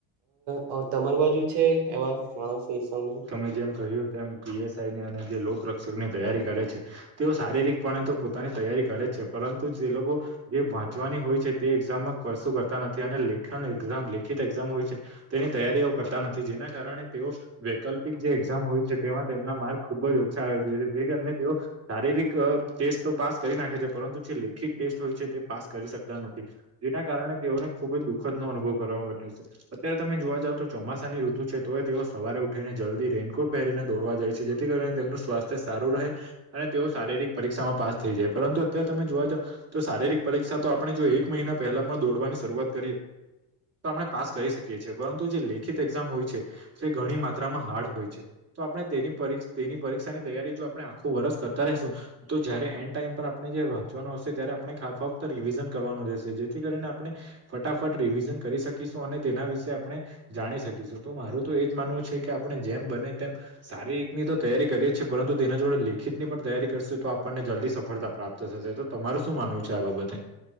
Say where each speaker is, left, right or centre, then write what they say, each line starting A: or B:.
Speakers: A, on the right; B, on the right.
A: હ તમારી બાજુ છે, એવા માણસો એસા
B: તમે જેમ કહ્યું તેમ પી એસ આઈ ની અને જે લોકરક્ષક ની તૈયારી કરે છે તેઓ શારીરિકપણે તો પોતાની તૈયારી કરે છે, પરંતુ જે લોકો જે વાંચવાની હોય છે, તે એક્ઝામમાં કશું કર નથી અને લેખન એક્ઝામ લેખિત એક્ઝામ હોય છે, તેની તૈયારીઓ કરતા નથી જેના કારણે તેઓ વૈકલ્પિક જે એક્ઝામ હોય છે, તેમાં તેમના માર્ક ખુબ જ ઓછા આવે છે જે કારણે તેઓ શારીરિક ટેસ્ટ તો પાસ કરી નાખે છે, પરંતુ જે લેખિત ટેસ્ટ હોય છે તે પાસ કરી શકતા નથી. જેના કારણે તેઓને ખુબ જ દુઃખદ નો અનુભવ કરવા બને છે. અત્યારે તમે જોવા જાવ તો ચોમાસાની ઋતુ છે તોવે તેઓ સવારે ઉઠ ને જલ્દી રેનકોટ પહેરીને દોડવા જાય છે, જે કરીને તેમનું સ્વાસ્થ્ય સારું રહે, અને તેઓ શારીરિક પરીક્ષામાં પાસ થઈ જાય, પરંતુ અત્યારે તમે જોવા જ તો શારીરિક પરીક્ષા તો આપણે જો એક મહિના પહેલા પણ દોડવાની શરૂઆત કરીએ તો આપણે પાસ કરી શકીએ છીએ, પરંતુ જે લેખિત એક્ઝામ હોય છે તે ઘણી મા માંત્રામા હાર્ડ હોય છે, તો આપણે તેની તેની પરીક્ષાની તૈયારી જો આપણે આખું વર્ષ કરતા રહીશું. તો જયારે એન્ડ ટાઈમ પર આપણે જ વાંચવાનો આવશે ત્યારે આપણે ફક્ત રિવિઝન કરવાનું રહેશે, જેથી કરીને આપણે ફટાફટ રિવિઝન કરી શકીશું, અને તેના વિશે આપણે જાણી શકીશું, તો મારું તો એજ માનવું છે કે આપણે જેમ બને તેમ શારીરિક ની તો તૈયારી કરીએ જ છે, પરંતુ તેના જોડે લેખિત ની પણ તૈયારી કરશે તો આપણને જલ્દી સફળતા પ્રાપ્ત થશે તો તમારે શું માનવું છે આ બાબતે?